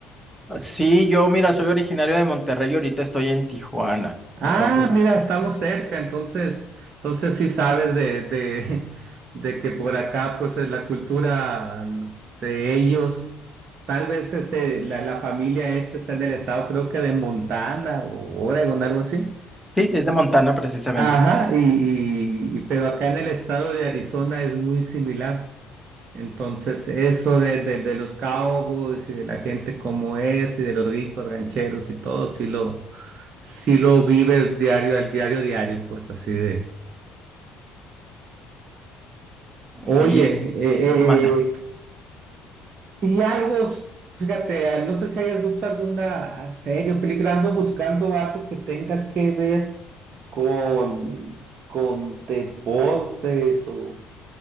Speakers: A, in the centre; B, on the right (about 45°).
A: Sí, yo, mira, soy originario de Monterrey y ahorita estoy en Tijuana.
B: Ah,
A: Entonces,
B: mira, estamos cerca, entonces, entonces sí sabes de, de, <laughs> de que por acá, pues eh, la cultura de ellos, tal vez ese- la, la familia esta está en el estado, creo que de Montana o Oregon, algo así.
A: sí, es de Montana precisamente.
B: Ajá, y, y, y- pero acá en el estado de Arizona es muy similar. Entonces, eso de, de, de los cowboys y de la gente como es y de los ricos rancheros y todo, sí lo, sí lo vives diario al diario, diario, pues así de. Oye,
A: Sí,
B: eh,
A: manda.
B: eh, y algo, fíjate, no sé si hayas visto alguna serie o película, ando buscando algo que tenga que ver con, con deportes o